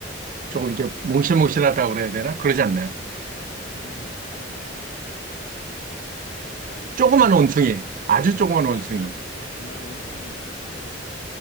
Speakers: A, on the left; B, on the right.
A: 아,
B: 조금
A: 그,
B: 이렇게 몽실몽실하다고 그래야 되나? 그러지 않나요?
A: 아, 동물학자가 아니라 그까지는 모르겠습니다만, 아 이쯤
B: 조그만 원숭이, 아주 조그만 원숭이.
A: 예 아주 조그만 원숭이는 아니고,